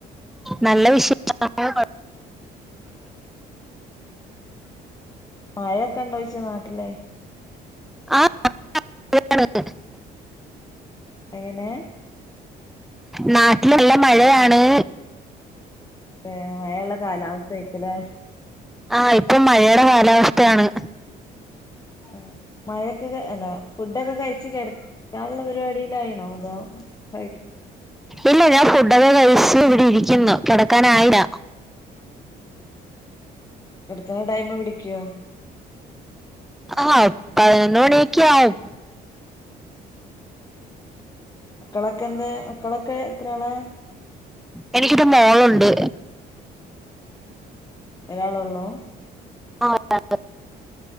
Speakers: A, in the centre; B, on the left (about 20°).
A: നല്ല വിശേഷം <unintelligible>
B: മഴക്കണ്ടോയിച്ച നാട്ടില്.
A: ആ <unintelligible>
B: എങ്ങെനേ?
A: നാട്ടിലല്ല മഴയാണ്
B: അതെയോ മഴള്ള കാലാവസ്ഥയിക്കൂല്ലേ.
A: ആഹ് ഇപ്പം മഴേടെ കാലാവസ്ഥയാണ്.
B: ആഹ് മഴയൊക്കെ അല്ല ഫുഡൊക്കെ കഴിച്ച് കെടക്കാനുള്ള പരിപാടിയിലായിണോ. അതോ കഴി
A: ഇല്ല ഞാൻ ഫുഡൊക്കെ കഴിച്ച് ഇവിടെ ഇരിക്കുന്നു കെടക്കാനായില്ല.
B: കെട്ക്ക്ണ ടൈമ് പിടിക്കോ
A: ആഹ് പതിനൊന്ന്മണിയക്കെയാവും.
B: മക്കളെക്കെന്തേ? മക്കളൊക്കെ എത്രാളാ?
A: എനിക്കൊരു മോളുണ്ട്
B: ഒരാളുള്ളൂ.
A: ആഹ് <unintelligible>